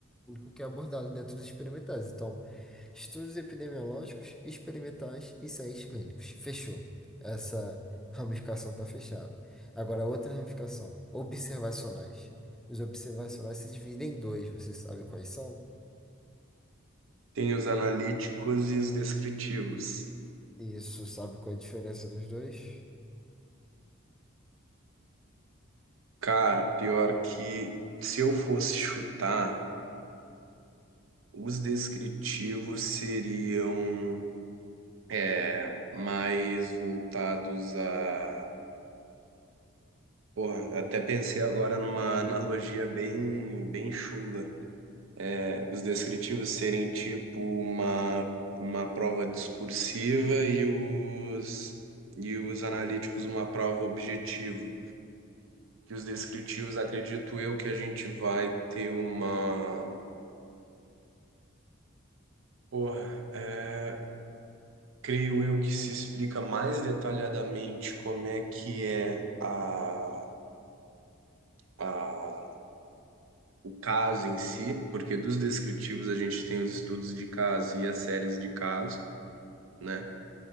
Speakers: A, in the centre; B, on the right (about 70°).
A: único que é abordado dentro dos experimentais. Então, estudos epidemiológicos, experimentais e ensaios clínicos. Fechou. Essa ramificação está fechada. Agora, outra ramificação, observacionais. Os observacionais se dividem em dois, você sabe quais são?
B: Tem os analíticos e os descritivos.
A: Isso, sabe qual é a diferença dos dois?
B: Cara, pior que se eu fosse chutar, os descritivos seriam é, mais voltados a. Porra, até pensei agora numa analogia bem, bem chula. É, os descritivos serem tipo uma, uma prova discursiva e os, e os analíticos uma prova objetiva. que os descritivos, acredito eu que a gente vai ter uma. Porra, é, creio eu que se explica mais detalhadamente como é que é a, a, o caso em si, porque dos descritivos a gente tem os estudos de caso e as séries de caso, né?